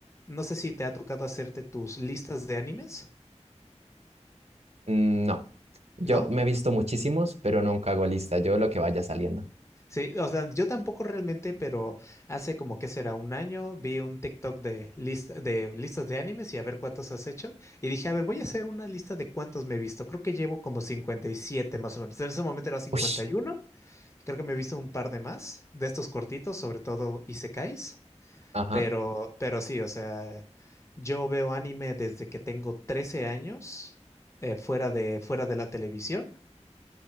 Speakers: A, on the left; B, on the right.
A: no sé si te ha tocado hacerte tus listas de animes,
B: Mm, No, yo
A: ¿no?
B: me he visto muchísimos, pero nunca hago lista. Yo lo que vaya saliendo.
A: Sí, o sea, yo tampoco realmente, pero hace como que será un año vi un TikTok de lista, de listas de animes y a ver cuántos has hecho. Y dije, a ver, voy a hacer una lista de cuántos me he visto. Creo que llevo como 57 más o menos. En ese momento era cincuenta
B: Ush.
A: y uno. Creo que me he visto un par de más de estos cortitos, sobre todo Isekais.
B: Ajá.
A: Pero, pero sí, o sea, yo veo anime desde que tengo 13 años, eh, fuera de, fuera de la televisión.